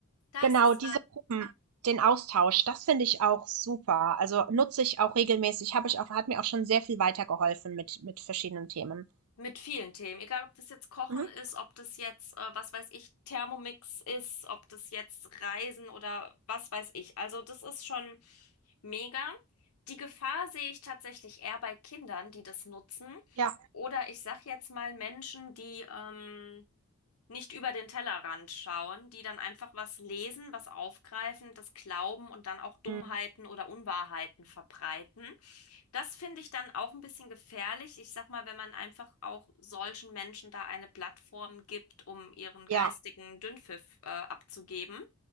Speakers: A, on the left; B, on the right.
A: Da
B: Genau,
A: ist es
B: diese Gruppen, den Austausch, das finde ich auch super. Also nutze ich auch regelmäßig, habe ich auch, hat mir auch schon sehr viel weitergeholfen mit, mit verschiedenen Themen.
A: Mit vielen Themen, egal ob das jetzt Kochen
B: Mhm.
A: ist, ob das jetzt, äh, was weiß ich, Thermomix ist, ob das jetzt Reisen oder was weiß ich. Also das ist schon mega. Die Gefahr sehe ich tatsächlich eher bei Kindern, die das nutzen.
B: Ja.
A: Oder ich sag jetzt mal Menschen, die, ähm, nicht über den Tellerrand schauen, die dann einfach was lesen, was aufgreifen, das glauben und dann auch Dummheiten
B: Mhm.
A: oder Unwahrheiten verbreiten. Das finde ich dann auch ein bisschen gefährlich. Ich sag mal, wenn man einfach auch solchen Menschen da eine Plattform gibt, um ihren geistigen
B: Ja,
A: Dünnpfiff, äh, abzugeben.